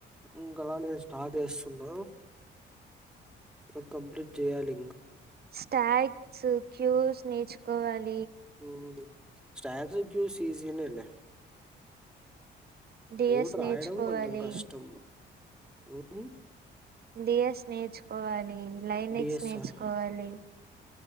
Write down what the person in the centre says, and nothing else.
ఇంకలా నేను స్టార్ట్ చేస్తున్నా అ కంప్లీట్ చేయాలి ఇం
ఉహు స్నాక్స్ క్యూ సీజినేలే
కొడురాయడం
కొంచం కష్టం ఉహు
డిఎస్ఆర్